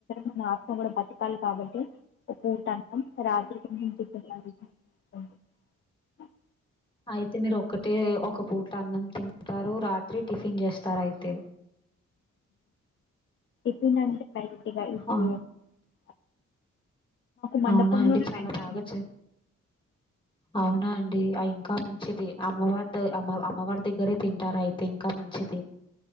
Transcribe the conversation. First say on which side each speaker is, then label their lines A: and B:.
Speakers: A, on the left (about 40°); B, on the left (about 15°).
A: మన ఆత్మ కూడా బతుకాలి కాబట్టి ఒక పూట అన్నం రాత్రికి <unintelligible>
B: అయితే మీరు ఒక్కటే ఒక పూట్ల అన్నం తింటారు రా రాత్రి టిఫిన్ చేస్తారయితే
A: టిఫిన్ అంటే ట్గా ఇ <unintelligible>
B: ఆ
A: మండపంలోనే
B: అవునా అండి చాలా
A: పెడతారండి
B: బాగా చ అవునా అండి ఇంకా మంచిది అమ్మవారి అమ్మవారి దగ్గర ఉంటార అయితే ఇంకా మంచిది